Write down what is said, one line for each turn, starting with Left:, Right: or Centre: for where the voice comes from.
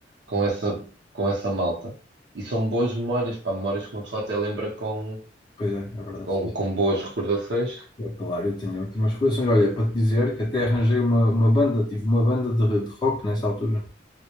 Right: com essa, com essa malta. E são boas memórias, pá, memórias que uma pessoa até lembra com,
Left: Pois é, é verdade,
Right: com,
Left: sim.
Right: com boas recordações.
Left: Eu, Claro, eu tenho ótimas coleções. Olha, para te dizer que até arranjei uma, uma banda, tive uma banda de, de rock nessa altura.